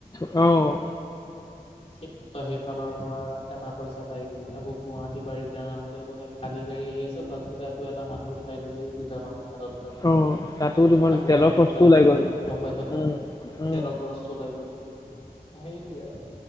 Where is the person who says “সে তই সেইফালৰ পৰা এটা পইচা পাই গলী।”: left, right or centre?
Left